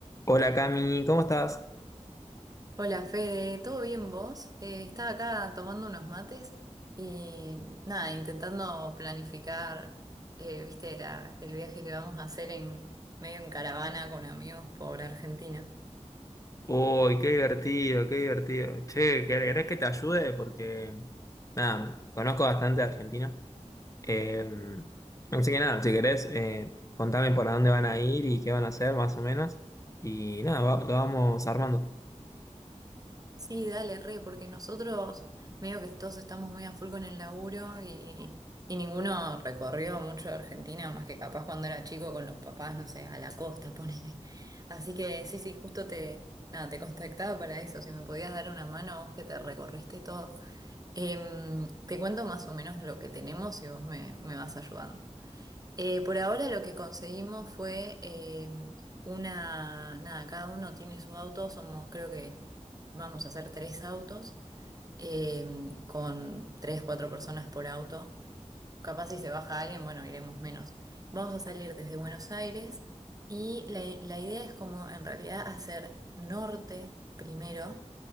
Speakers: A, on the left; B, on the right.
A: Hola Cami, ¿cómo estás?
B: Hola Fede, ¿todo bien vos? Eh, estaba acá tomando unos mates y nada, intentando planificar, eh, viste, la- el viaje que vamos a hacer en medio en caravana con amigos por Argentina.
A: Uy, qué divertido, qué divertido. Che, ¿quer- ¿querés que te ayude? Porque, nada, conozco bastante de Argentina. Eh, así que nada, si querés, eh, contame por dónde van a ir y qué van a hacer, más o menos. Y nada, va- lo vamos armando.
B: Sí, dale, re, porque nosotros medio que todos estamos muy a full con el laburo y, y ninguno recorrió mucho de Argentina, más que capaz cuando era chico con los papás, no sé, a la costa, <laughs> ponele. Así que sí, sí, justo te, nada, te contactaba para eso, si me podías dar una mano vos que te recorriste todo. Em, te cuento más o menos lo que tenemos y vos me, me vas ayudando. Eh, por ahora lo que conseguimos fue eh, una, nada, cada uno tiene su auto, somos creo que vamos a hacer tres autos eh, con tres, cuatro personas por auto. Capaz si se baja alguien, bueno, iremos menos. Vamos a salir desde Buenos Aires y la, la idea es como en realidad hacer norte primero